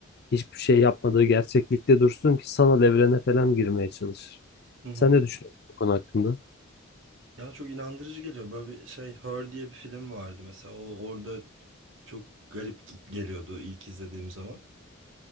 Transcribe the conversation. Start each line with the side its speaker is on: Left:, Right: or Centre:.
Left: hiçbir şey yapmadığı gerçeklikte dursun ki sanal evrene falan girmeye çalışır?
Right: Hı hı.
Left: Sen ne düşünüyorsun bu konu hakkında?
Right: Ya çok inandırıcı geliyor. Böyle bir şey Her diye bir film vardı mesela. O orada çok garip geliyordu ilk izlediğim zaman.